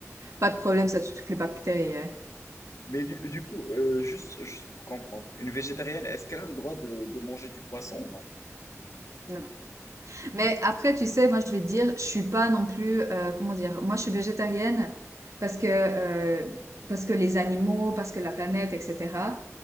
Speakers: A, on the right; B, on the left.
A: Pas de problème, ça tue toutes les bactéries, ouais.
B: Mais du, du coup, euh, juste, juste pour comprendre, une végétarienne, est-ce qu'elle a le droit de, de manger du poisson ou non?
A: Non, non. Mais après, tu sais, moi, je vais te dire, je suis pas non plus, euh, comment dire, moi, je suis végétarienne parce que, euh, parce que les animaux, parce que la planète, etc.